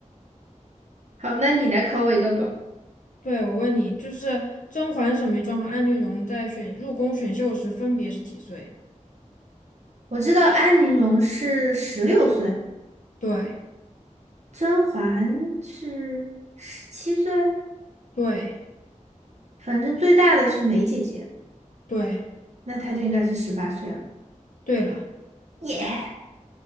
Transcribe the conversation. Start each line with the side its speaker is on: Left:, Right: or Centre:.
Right: 好，那你来考我一个吧。
Left: 对，我问你，就是甄嬛、沈眉庄和安陵容在选入宫选秀时分别是几岁？
Right: 我知道安陵容是十六岁，
Left: 对，
Right: 甄嬛是十七岁，
Left: 对，
Right: 反正最大的是梅姐姐，
Left: 对，
Right: 那她就应该是十八岁了。
Left: 对了。
Right: 耶、yeah